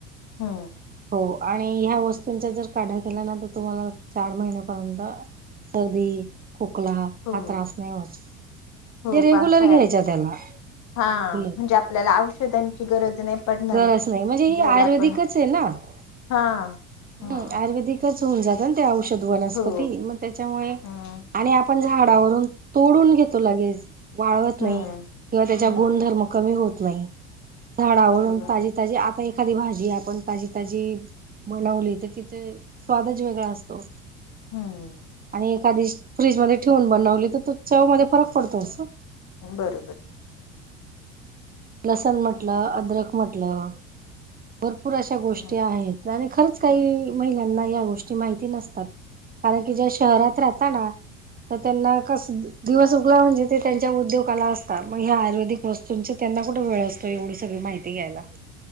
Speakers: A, on the left; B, on the right.
A: हो.
B: हो आणि ह्या वस्तूंचा जर काढा केला ना तर तुम्हाला चार महिन्यापर्यंत सर्दी, खोकला हा
A: हो
B: त्रास नाही होत.
A: हो
B: जे रेगुलर
A: पावसाळ्यात
B: घ्यायचा त्याला,
A: हा
B: रेगुलर.
A: म्हणजे आपल्याला औषधांची गरज नाही पडणार
B: गरज नाही, म्हणजे ही
A: जर
B: आयुर्वेदिकचे
A: आपण
B: ना हम्म,
A: हा हा
B: आयुर्वेदिकच. होउन जातं ना ते औषध वनस्पती,,
A: हो
B: मग त्याच्यामुळे,
A: हम्म
B: आणि पण झाडावरून तोडून घेतो लगेच. वाळवत नाही,
A: हम्म
B: किंवा त्याचा
A: हम्म
B: गुणधर्म कमी होत नाही, झाडाव
A: बरोबर
B: ताजी, ताजी आप एखादी भाजी,, आपण ताजी-ताजी बनवली तर तिच स्वादच वेगळा असतो.
A: हम्म.
B: आणि एखादी, फ्रीजमध्ये ठेवून बनवली त तो चव मध्ये फरक पडतोसं.
A: बरोबर.
B: लसण म्हटलं, अदरक म्हटलं. भरपूर अश्या गोष्टी
A: हम्म,
B: आहेत, आणि खरंच काही महिलांना ह्या गोष्टी माहिती नसतात. कारण कि ज्या शहरात राहता ना. तर त्यांना कसं, दिवस उगला म्हणजे ते त्यांच्या उद्योगाला असता म ह्या आयुर्वेदिक वस्तूंच्य त्या त्यांना कुठे वेळ असतो एवढी सगळी माहिती घ्यायला.